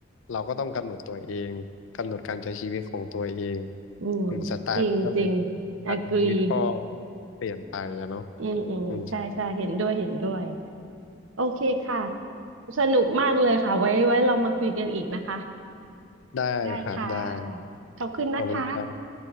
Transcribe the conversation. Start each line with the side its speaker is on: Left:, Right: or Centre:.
Left: เราก็ต้องกำหนดตัวเอง กำหนดการใช้ชีวิตของตัวเอง
Right: อืม
Left: อืมสไตล์มันก็เลย
Right: จริงจริง agree
Left: การใช้ชีวิตก็เปลี่ยนไปอะเนาะ
Right: อืมอืมใช่ใช่เห็นด้วยเห็นด้วย
Left: อืม
Right: โอเคค่ะสนุกมากเลยค่ะไว้ไว้เรามาคุยกันอีกนะคะ
Left: ได้ครับ
Right: ได้ค่ะ
Left: ได้
Right: ขอบคุณนะคะ
Left: ขอบคุณครับ